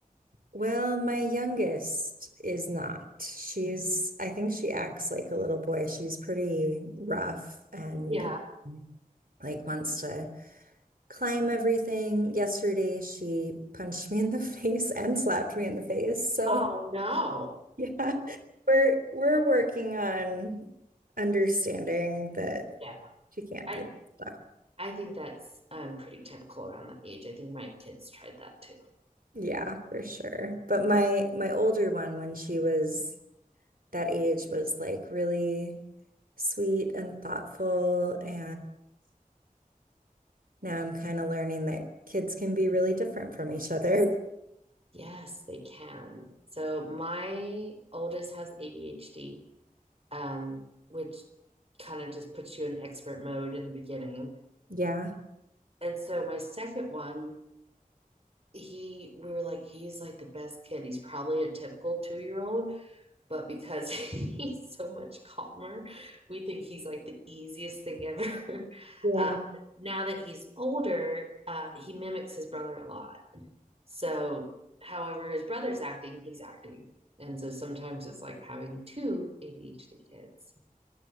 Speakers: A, on the right; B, on the right.
A: Well, my youngest is not. She's, I think she acts like a little boy. She's pretty rough and
B: Yeah.
A: um, like wants to climb everything. Yesterday, she punched me in the <laughs> face and slapped me in the face. So,
B: Oh, no.
A: <laughs> yeah. We're we're working on understanding that
B: Yeah,
A: she can't
B: I
A: do stuff.
B: I think that's um pretty typical around that age. I think my kids tried that too.
A: Yeah, for sure. But my my older one, when she was that age, was like really sweet and thoughtful, and now I'm kind of learning that kids can be really different from each other. <laughs>
B: Yes, they can. So my oldest has ADHD, um, which kind of just puts you in expert mode in the beginning.
A: Yeah,
B: And so my second one, he we were like, he's like the best kid. He's probably a typical two-year-old but because <laughs> he's so much calmer, we think he's like the easiest thing ever. <laughs>
A: yeah.
B: Uh, now that he's older, uh, he mimics his brother a lot. So, however, his brother's acting, he's acting. And so sometimes it's like having two ADHD kids.